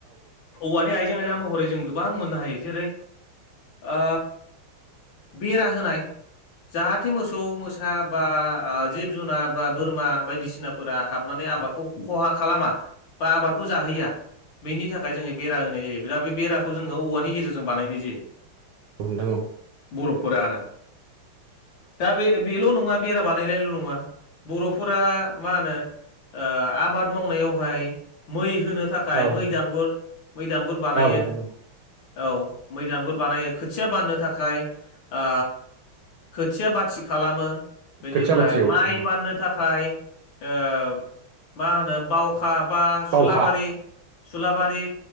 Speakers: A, on the left; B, on the right.
A: औवानि आइजें आइला महरै जों गोबां मोननो हायो जेरै ओ बेरा होनाय जाहाथे मोसौ मोसा बा ओ जिब जुनार बा बोरमा बायदिसिनाफोरा हाबनानै आबादखौ ख'हा खालामा बा आबादखौ जाहैया बेनि थाखाय जोङो बेरा होनाय जायो दा बे बेराखौ जोङो औवानि गेजेरजों बानायनाय जायो।
B: नोंथां औ।
A: बर'फोरा आरो। दा बे बेल' नङा बेरा बानायनायल' नङा बर'फोरा मा होनो ओ आबाद मावनायावहाय मै होनो थाखाय
B: औ नोंथां
A: मैदुर मैदांगुर बानायो
B: औ नोंथां
A: औ। मैदगुर बानायो खोथिया बाननो थाखाय ओ खोथिया बाथि खालामो बेनिफ्राय
B: खोथिया बाथि औ
A: माइ
B: नोंथां औ
A: बाननो थाखाय ओ मा होनो बावखा बा
B: बावखा
A: सुलाबारि सुलाबारि